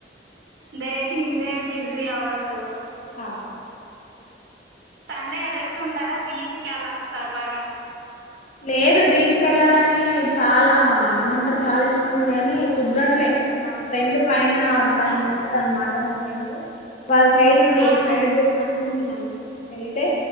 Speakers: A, on the right; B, on the left.
A: డైలీ ఇదే బిజీ అవర్సు
B: ఆ
A: సండే అలా వెళ్తుంటారా బీచ్కి అలా సరదాగా
B: లేదు బీచ్ కెళ్ళాలని చాలా ఏమంటారు చాలా ఇష్టం ఇష్టం ఉంది కానీ కుదరట్లే మా ఫ్రెండ్ పైన
A: అవునా
B: దాని ఉంటద అన్నమాట మా ఫ్రెండ్ వాళ్ళ సైడ్ ఉంది
A: ఆహా
B: ఈ సైడ్ అనుకుంటున్నాం వెళ్తే